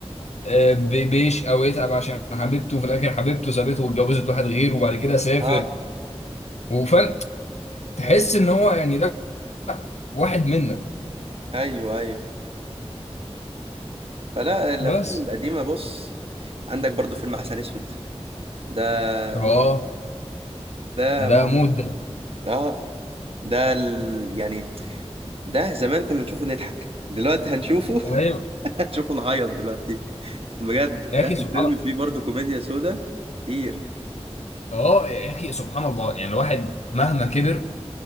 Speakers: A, on the left; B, on the right.
A: آه، بي- بيش او يتعب عشان حبيبته في الاخر حبيبته سابته واتجوزت واحد غيره وبعد كده سافر
B: اه
A: وفاهم تحس ان هو يعني ده واحد منا
B: ايوه ايوه فلا الافلام
A: بس
B: القديمه بص عندك برضه فيلم عسل اسود ده
A: اه
B: موت ده
A: ده
B: موت
A: ده مود ده
B: اه ده ال... يعني ده زمان كنا نشوفه نضحك دلوقتي هنشوفه <laughs>
A: ايوه
B: هنشوفه نعيط دلوقتي بجد
A: يا
B: لا
A: اخي سبحان
B: الفيلم
A: الله
B: فيه برضه كوميديا سودا كتير
A: اه يا اخي سبحان الله يعني الواحد مهما كبر